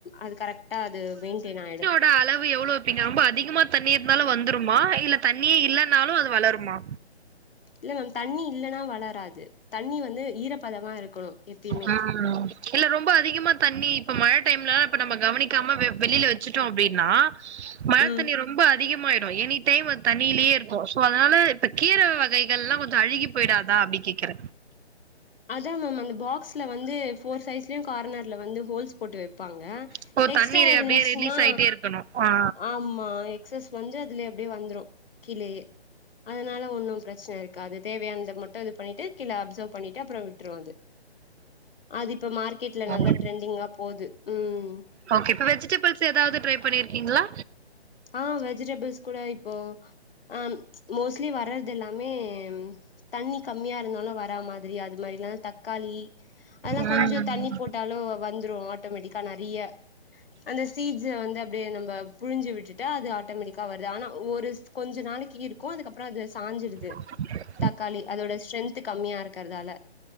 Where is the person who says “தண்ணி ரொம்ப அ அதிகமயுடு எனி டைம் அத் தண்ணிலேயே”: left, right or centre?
Right